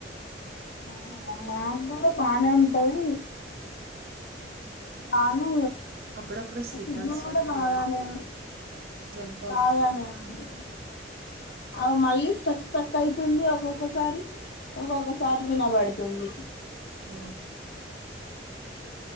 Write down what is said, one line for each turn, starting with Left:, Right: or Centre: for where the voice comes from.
Left: ఆహ మాకు కూడా బానే ఉంటది బాను
Right: అప్పుడప్పుడు సిగ్నల్స్
Left: సిగ్నల్ కూడ
Right: జంప్
Left: బాగానే
Right: అవుత్ జంప్ అవుతుంది.
Left: బాగానే ఉంది అవ్ మళ్ళీ తట్టు తటైతుంది ఒకొక్కసారి ఒక్కొక్కసారి ఒక్కొక్కసారి వినబడుతుంది
Right: నా